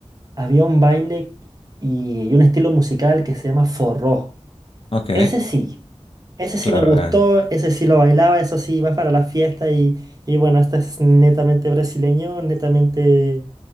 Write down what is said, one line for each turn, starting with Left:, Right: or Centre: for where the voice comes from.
Right: había un baile y, y un estilo musical que se llama forró.
Left: ok,
Right: Ese sí, ese sí
Left: claro,
Right: me gustó,
Left: eh,
Right: ese sí lo bailaba, eso sí, va para la fiesta y, y bueno, este es netamente brasileño, netamente